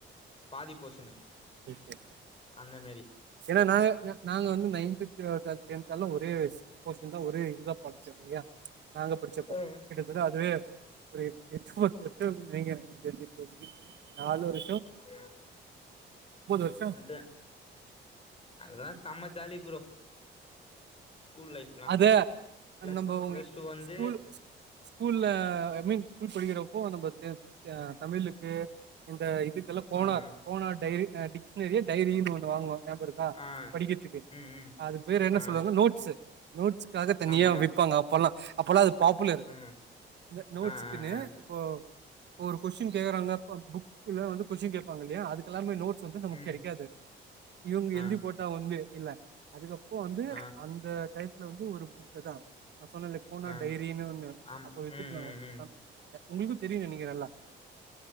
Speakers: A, on the left; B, on the right.
A: பாதி போசனு
B: சரி
A: அந்த மேரி
B: ஏன்னா நாக நாங்க வந்து நைன்து டெ டெ டென்துள்ளா ஒரே போஷன் தான் ஒரே இதுதான் படிச்சோம் இல்லையா நாங்க படிச்சப்போ
A: ஆ
B: விடு அதுவே ஒரு <unintelligible> நாலு ஒரு
A: அ
B: வருஷோ
A: அதா அதான் செம ஜாலி ப்ரோ ஸ்கூல் லைஃப்லா
B: அது
A: பிளஸ்
B: நம்போ
A: ஒன் பிளஸ் டூ வந்து
B: ஸ்கூல் ஸ்கூல்ல ஐ மீன் ஸ்கூல் படிக்கிறப்போ நம்ம தே த தமிழுக்கு இந்த இதுக்குல கோனார்
A: ஆ ஆ
B: கோனார் டைரி டிக்ஷ்னரி டைரின்னு ஒன்னு வாங்குவாங்க நியாபகம் இருக் தா
A: ஆ
B: படிக்கிற்துக்கு
A: ம் ம்
B: அது பேர் என்ன
A: ஆ
B: நோட்ஸு நோட்ஸுக்காக தனியா
A: ஆமா
B: விப்பாங்க அப்பொல்லா அப்பொல்லா அது பாப்புலரு
A: ஆ
B: இந்த நோட்ஸ்க்குனு
A: ஆ ஆ ஆ
B: ப்போ ப்போ ஒரு கொஸின் கேக்கறாங்க ப புக் குல வந்து கொஸ்ஸின் கேப்பாங்க இல்லியா அதுக்கெல்லாமே நோட்ஸ் வந்து நமக்கு
A: ம்
B: கெடைக்காது இவுங்க
A: ஆ
B: எழுதி போ ட்டா வந்து இல்ல அதுக்கப்பு வந்து
A: ஆ
B: அந்த டையத்துல வந்து ஒரு புக் அதுதா நா சொன்னல்ல கோனார்
A: ஆ
B: டைரின்னு ஒண்ணு
A: ஆம்
B: அப்ப வித்துட்ந்தாங்க
A: ம் ம் ம்
B: அ அ உங்குளுக்கு தெரியு நெனைக்கிறே எல்லா